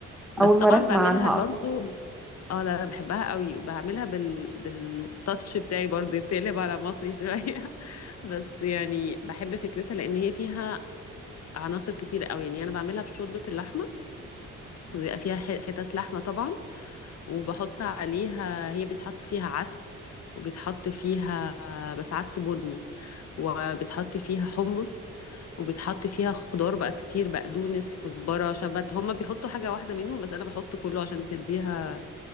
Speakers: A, on the left; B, in the centre.
A: بس
B: أول
A: طبعا
B: مرة أسمع
A: بعملها
B: عنها
A: برضو
B: أصلا
A: اه لا لا بحبها قوي وبعملها بال بالتاتش بتاعي برضو بتقلب على مصري شويه <laughs> بس يعني بحب فكرتها لان هي فيها عناصر كتير قوي يعني انا بعملها بشوربه اللحمه ويبقى فيها ح- حتت لحمه طبعا وبحط عليها هي بيتحط فيها عدس وبيتحط فيها بس عدس بني وبيتحط فيها حمص وبيتحط فيها خضار بقى كتير بقدونس كزبرة شبت هما بيحطوا حاجة واحدة منهم بس أنا بحط كله عشان تديها